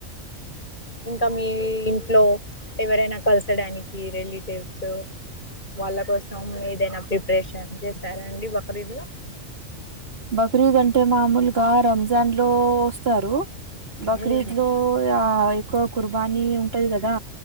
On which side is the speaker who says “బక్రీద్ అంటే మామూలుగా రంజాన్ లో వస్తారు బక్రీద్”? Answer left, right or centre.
Right